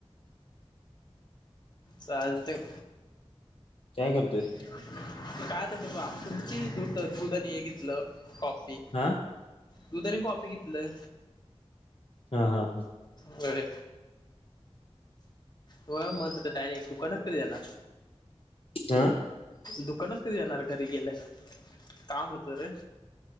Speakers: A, on the left (about 40°); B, on the left (about 60°).
A: चालतंय.
B: काय करतोयस?
A: काय आता <unintelligible> तुमची दूध दूध आणि हे घेतलं कॉफी.
B: आ.
A: दूध आणि कॉपी घीतलं
B: हा हा हा
A: होय. होय मग तिथं डायरेक्ट दुकानात कधी देणार?
B: आ.
A: दुकानात कधी येणार घरी गेल्यानंतर, काम हुतं रे.